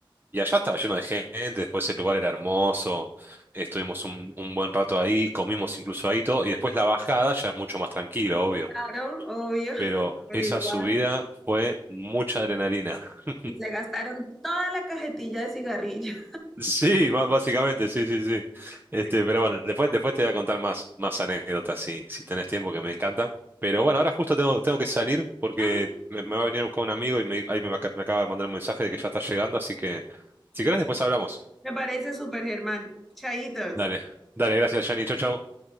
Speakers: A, on the right; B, in the centre.
A: y allá estaba lleno de gente, después el lugar era hermoso, estuvimos un, un buen rato ahí, comimos incluso ahí todo, y después la bajada ya es mucho más tranquilo, obvio.
B: claro, obvio, <laughs>
A: Pero
B: pero
A: esa
B: igual.
A: subida fue mucha adrenalina. <laughs>
B: Y se gastaron toda la cajetilla de cigarrillos.
A: Sí, ba- básicamente, sí, sí, sí. Este,
B: <laughs>
A: pero bueno, después, después te voy a contar más, más anécdotas si, si tenés tiempo, que me encanta. Pero bueno, ahora justo tengo, tengo que salir porque
B: Ah,
A: me, me va a venir a buscar un amigo y me, ahí me, ac- me acaba de mandar un mensaje de que ya está llegando, así que si querés después hablamos.
B: Me parece súper, Germán. Chaitos.
A: Dale, dale, gracias, Jani, chau, chau.